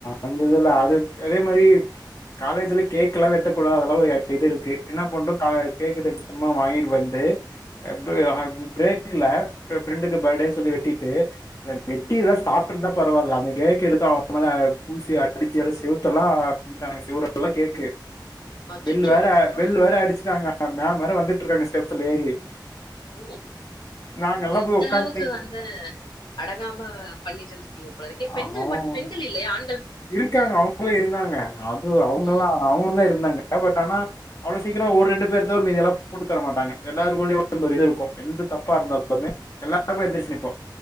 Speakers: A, on the left (about 40°); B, on the left (about 70°).
A: அந்த இதுல அதுக் அதே மாரி காலேஜ்ல கேக் கல்லா வெட்டக்கூடாது அதெல்லா ஒரு அப் இது இருக்கு என்ன பண்றோ கா கேக்கு திருட்டுத்தனமா வாங்கிட்டு வந்து <unintelligible> இல்ல
B: ம்,
A: ஃபரெண்டுக்கு பர்டேன்னு சொல்லி வெட்டிட்டு வெட்டி
B: ம்.
A: இதல்லா சாப்ட்டுறுந்தா பரவால்ல அப்ப அந்த கேக்க எடுத்த அவ மேல பூசி அடிச்சி எல்லா செவத்தலா அப்பிட்டானுங்க செவுறல்லா கேக்கு
B: அச்சச்சோ
A: பெல் வேற பெல்
B: ஆ.
A: வேற அடிச்சிட்டாங்க அ மேம் வேர வந்துட்டு இருக்காங்க ஸ்டெப்ஸ்ல ஏறி
B: ஊஹும்
A: நாங்க எல்லாம்
B: இந்த
A: போய் உட்காந்துக்கிட்டு
B: அளவுக்கு வந்து அடங்காம பண்ணிட்டு இருந்திருப்பீங்க போலருக் பெண்கள்
A: அவன்
B: மட்டு பெண்கள் இல்லையா ஆண்
A: இருக்காங்க அவுங்களும் இருந்தாங்க அது அவுங்கல்லா
B: ம்
A: அவுங்களு தான் இருந்தாங்க பட் ஆனா அவ்ளோ சீக்கிரம் ஒரு ரெண்டு பேர் தவிர மீதியெல்லாம் போட்டு தர மாட்டாங்க எல்லாருக்குள்ளயும் வந்து ஒரு இது இருக்கும் எந்தப் தப்பா இருந்தாலுமே
B: ம்
A: எல்லாம் அப்ப எந்திருச்சி நிப்போ